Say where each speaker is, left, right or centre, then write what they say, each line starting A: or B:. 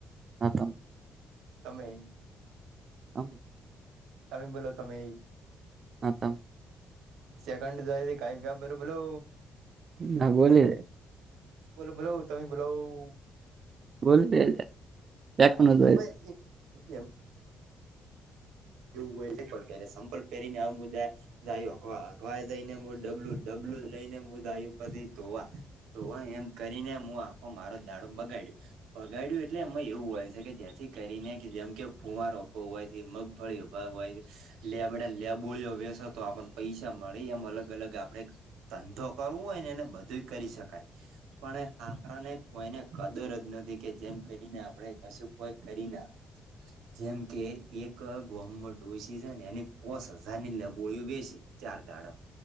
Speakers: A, on the right; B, on the right.
A: હા તમ
B: તમે.
A: આમ
B: તમે બોલો તમે.
A: હા તમ.
B: સેકન્ડ જો કઈ ક બરો બોલો.
A: ના બોલી રે.
B: બોલો બોલો તમે બોલા.
A: બોલી રે વ્યાકરણ
B: હા
A: જ હોય.
B: અમે એ એમ. એવું હોય છે કે સંપલ પેરીને આ મુદ્દ જાયું અખવા અખવા જઈનેું ડબલું ડબલું લઈને બું જાયું પછી ધોવા તો એ એમ કરીને હું આખો મારો દાડો બગાડ્યો. બગાડ્યું એટલે એમાં એવું હોય છે કે જેથી કરીને જેમ કે ફૂવારરોપવો હોય છે મગ મળયુ લેબને લેબોળયો બેસ તો આપણને પૈસા મળી એમ અલગ અલગ આપડે ધંધો કરવો હોય ને એને બધુંઈ કરી શકાય. પણ એ હારાને કોઈને કદર જ નથી કે જેમ કરીને આપણે કશું કોઈ કરી ના. જેમ કે એક ક ગોમમાં ડોસી સે ને એની પોસ હજારની <unintelligible> વહેંસી ચાર દાડમ.